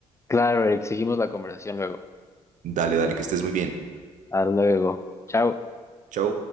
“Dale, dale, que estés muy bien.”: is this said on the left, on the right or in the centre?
Right